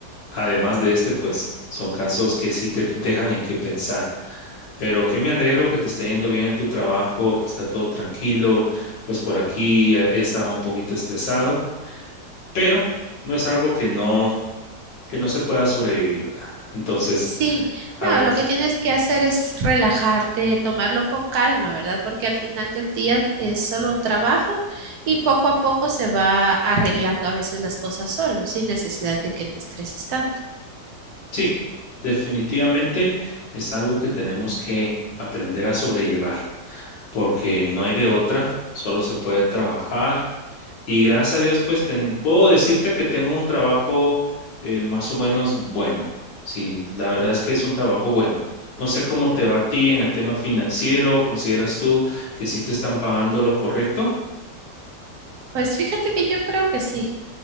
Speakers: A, on the left; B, on the right.
A: además de este, pues son casos que sí te dejan en qué pensar. Pero que me alegro que te está yendo bien en tu trabajo, que está todo tranquilo, pues por aquí eh, he estado un poquito estresado, pero no es algo que no, que no se pueda sobrevivir, ¿verdad? Entonces,
B: Sí,
A: a
B: no,
A: ver
B: lo que tienes que hacer es relajarte, tomarlo con calma, ¿verdad? Porque al final del día es solo trabajo y poco a poco se va arreglando a veces las cosas solo, sin necesidad de que te estreses tanto.
A: Sí, definitivamente es algo que tenemos que aprender a sobrellevar, porque no hay de otra, solo se puede trabajar y gracias a Dios, pues ten- puedo decirte que tengo un trabajo eh, más o menos bueno. Sí, la verdad es que es un trabajo bueno. No sé cómo te va a ti en el tema financiero, ¿consideras tú que sí te están pagando lo correcto?
B: Pues fíjate que yo creo que sí.